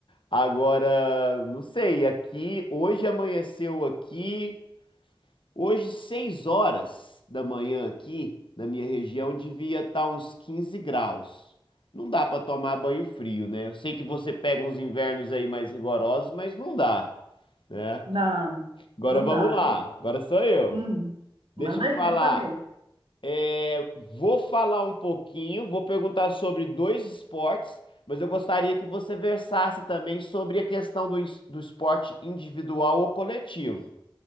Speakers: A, on the left; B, on the right.
A: Agora, não sei, aqui hoje amanheceu aqui. Hoje, 6 horas da manhã aqui na minha região, devia estar uns 15 graus. Não dá para tomar banho frio, né? Eu sei que você pega uns invernos aí mais rigorosos, mas não dá, né?
B: Não,
A: Agora
B: não
A: vamos
B: dá.
A: lá. Agora sou eu.
B: Hum, manda
A: Deixa eu
B: aí,
A: falar.
B: quer saber?
A: É, vou falar um pouquinho, vou perguntar sobre dois esportes, mas eu gostaria que você versasse também sobre a questão do, ins- do esporte individual ou coletivo.